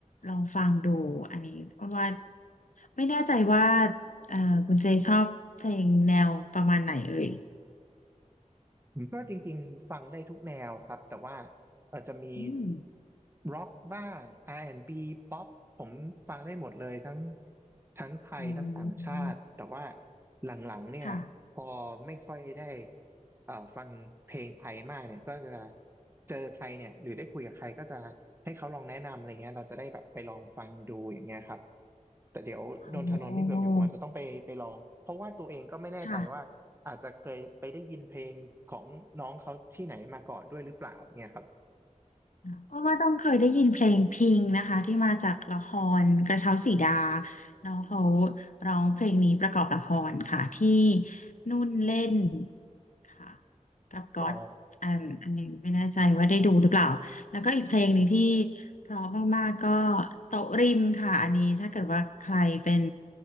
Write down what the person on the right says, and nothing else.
ผมก็จริงๆฟังได้ทุกแนวครับแต่ว่าเออจะมี
ร็อกบ้าง R&B ป๊อปผมฟังได้หมดเลยทั้งทั้งไทยทั้งต่างชาติแต่ว่า
หลังๆเนี่ยพอไม่ค่อยได้
เอ่อฟังเพลงไทยมากเนี่ยก็จะเจอใครเนี่ยหรือได้คุยกับใครก็จะให้เขาลองแนะนำอะไรเงี้ยเราจะได้แบบไปลองฟังดูอย่างเงี้ยครับแต่เดี๋ยวนนทนนท์นี่เดี๋ยวผมอาจจะต้องไปไปลองเพราะว่าตัวเองก็ไม่แน่ใจว่า
อาจจะเคยไปได้ยินเพลงของน้องเขาที่ไหนมาก่อนด้วยหรือเปล่าเนี่ยครับ
อ๋อ